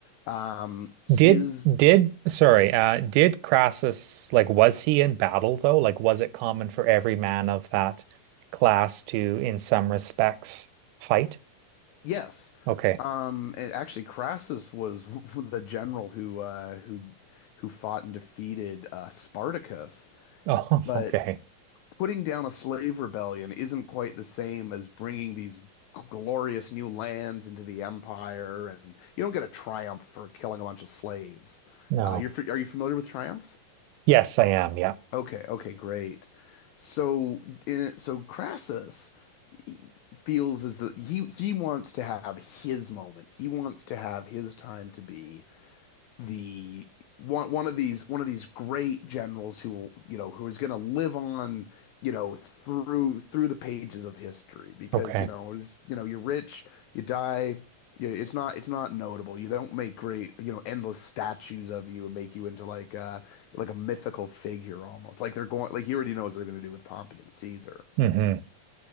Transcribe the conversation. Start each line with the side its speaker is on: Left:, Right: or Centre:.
Left: Um, his,
Right: Did did sorry, uh, did Crassus like was he in battle though? Like was it common for every man of that class to, in some respects, fight?
Left: yes.
Right: Okay. <laughs>
Left: Um, and actually Crassus was <laughs> the general who uh who who fought and defeated uh Spartacus,
Right: Oh,
Left: but
Right: okay.
Left: putting down a slave rebellion isn't quite the same as bringing these glorious new lands into the empire and you don't get a triumph for killing a bunch of slaves.
Right: No.
Left: Uh, you're are you familiar with triumphs?
Right: Yes, I am. Yeah.
Left: Okay, okay, great. So, in, so Crassus feels as that he he wants to have his moment. He wants to have his time to be the one one of these one of these great generals who will you know who is going to live on you know through through the pages of history because
Right: Okay.
Left: you know it is you know you're rich you die you know, it's not it's not notable you they don't make great you know endless statues of you and make you into like uh like a mythical figure almost like they're going like he already knows what they're going to do with Pompey and Caesar
Right: hmm